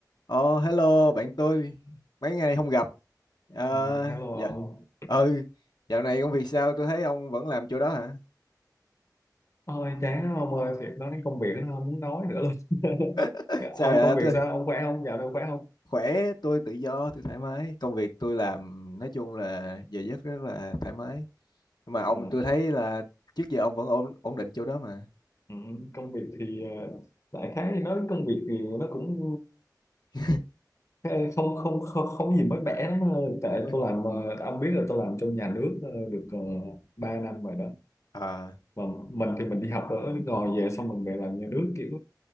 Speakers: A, on the left; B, on the left.
A: Ờ, hello bạn tôi mấy ngày không gặp Ờ,
B: Ừ, Hello
A: dạ
B: ông
A: ừ dạo này công việc sao tôi thấy ông vẫn làm chỗ đó hả
B: Ôi chán lắm ông ơi Thiệt nói đến công việc nó không muốn nói nữa luôn
A: <laughs>
B: <laughs>
A: sao
B: Ông
A: vậy
B: công việc
A: tôi
B: sao? Ông khỏe không? Dạo này ông khỏe không?
A: khỏe tôi tự do tôi thoải mái công việc tôi làm nói chung là giờ giấc rất là thoải mái nhưng mà ông
B: Ờ,
A: tôi thấy là trước giờ ông vẫn ổn ổn định chỗ đó mà
B: ừ, Công việc thì ờ, đại khái thì nói đến công việc thì nó cũng
A: <laughs>
B: ờ, không không không, không có gì mới mẻ lắm ờ, tại
A: không biết
B: tôi làm ờ, ông biết là tôi làm trong nhà nước ờ, được uh, 3 năm rồi đó
A: à
B: mà mình thì mình đi học ở nước ngoài về xong mình về làm nhà nước kiểu